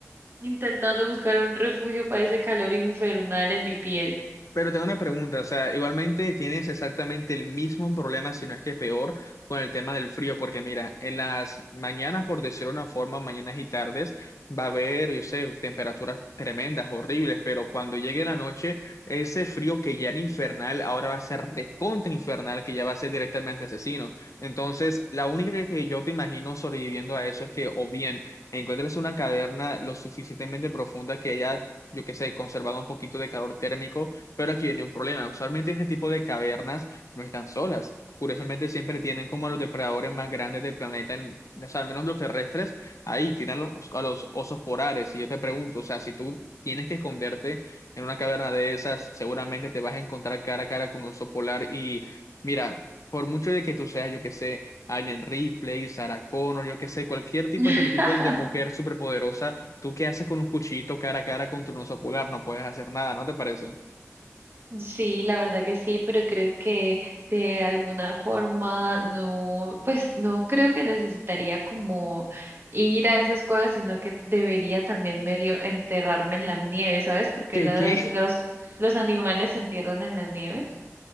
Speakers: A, on the right; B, on the left.
A: intentando buscar un refugio para ese calor infernal en mi piel.
B: Pero tengo una pregunta, o sea, igualmente tienes exactamente el mismo problema, si no es que peor, con el tema del frío, porque mira, en las mañanas, por decirlo de una forma, mañanas y tardes, va a haber, yo sé, temperaturas tremendas, horribles, pero cuando llegue la noche, ese frío que ya era infernal, ahora va a ser recontra infernal, que ya va a ser directamente asesino. Entonces, la única que yo te imagino sobreviviendo a eso es que o bien encuentres una caverna lo suficientemente profunda que haya... yo qué sé, conservado un poquito de calor térmico pero aquí viene un problema. Usualmente ese tipo de cavernas no están solas. Curiosamente siempre tienen como a los depredadores más grandes del planeta, en- o sea, al menos los terrestres, ahí tienen los, a los osos polares. Y yo te pregunto, o sea, si tú tienes que esconderte en una caverna de esas, seguramente te vas a encontrar cara a cara con un oso polar. Y mira, por mucho de que tú seas, yo que sé, Alien Ripley, Sarah Connor, yo que sé, cualquier tipo
A: <laughs>
B: de estereotipo de mujer superpoderosa, ¿Tú qué haces con un cuchillito cara a cara contra un oso polar? No puedes hacer nada, ¿no te parece?
A: Sí, la verdad que sí, pero creo que de alguna forma no, pues no creo que necesitaría como ir a esas cuevas, sino que debería también medio enterrarme en la nieve, ¿sabes? Porque
B: ¿Qué,
A: los,
B: qué?
A: los, los animales se entierran en la nieve.